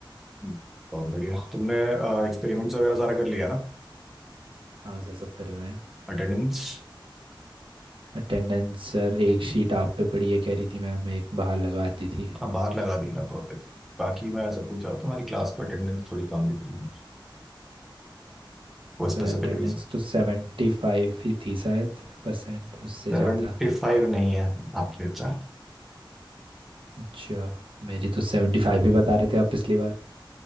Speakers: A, in the centre; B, on the right.
A: हम्म, बहुत बढ़िया तुमने एक्सपेरिमेंट्स वगैरह सारा कर लिया ना
B: हाँ सर सब करे हुए हैं
A: अटेंडेंस
B: अटेंडेंस सर एक शीट आप पे पड़ी है कह रही थी मैम एक बाहर लगा दी थी
A: हाँ बाहर लगा दी ना परफेक्ट बाकी मैं ऐसा पूछा तुम्हारी क्लास पर अटेंडेंस थोड़ी कम दिख रही है वो
B: सर
A: स्पेसिफिक
B: अटेंडेंस
A: रीजन
B: तो सेवेंटी फाइव ही थी शायद परसेंट उससे
A: सेवेंटी
B: ज़्यादा
A: फाइव नहीं है आपके अच्छा,
B: अच्छा मेरी तो सेवेंटी फाइव ही बता रहे थे आप पिछली बार